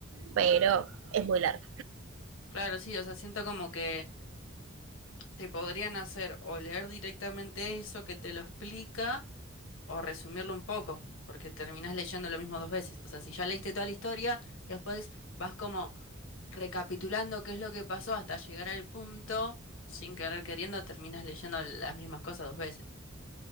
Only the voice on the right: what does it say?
pero es muy larga.